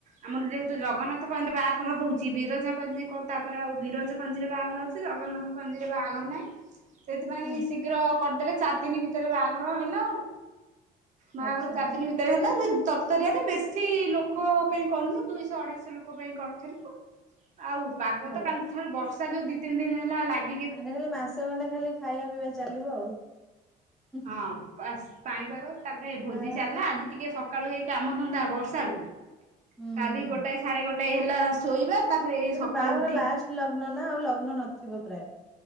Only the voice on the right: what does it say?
ଆମର ଯେହେତୁ ଜଗନ୍ନାଥ ପାଞ୍ଜିରେ ବାହାଘର ହଉଛି। ବିରଜା ପାଞ୍ଜି କଣ? ତାପରେ ଆଉ ବିରଜା ପାଞ୍ଜିର ବାହାଘର ଅଛି। ଶ୍ରୀ ଜଗନ୍ନାଥ। ପାଞ୍ଜିରେ ବାହାଘର ନାହିଁ ସେଥିପାଇଁ
ଶୀଘ୍ର କରିଦେଲେ ଚାରି ଦିନି ଭିତରେ ବାହାଘର ହେଲା ଆଉ। ବାହାଘର
ଚାରିଦିନି ଭିତରେ ହେଲା ତରତରିଆରେ ବେଶୀ ଲୋକ ପାଇଁ କରିନୁ ଦୁଇଶହ ଅଢେଇଶହ ଲୋକ ପାଇଁ କରିଥିଲୁ। ଆଉ ପାଗ
ତ କାଲି ଥାରୁ ବର୍ଷା ଯୋଉ ଦି ତିନି ଦିନ ହେଲା ଲାଗ
ହଁ ବାସ ପାଣିପାଗ ତାପରେ ଭୋଜି
ଚାଲିଲା ଆଜି ଟିକେ ସ ସକାଳୁ ହେଇ କାମଧନ୍ଦା ବର୍ଷାରୁ
କାଲି
ଗୋଟାଏ ସାଢେ ଗୋଟାଏ ହେଲା ଶୋଇବା। ତାପରେ ଏଇ
ସକାଳୁ
ଉଠିକି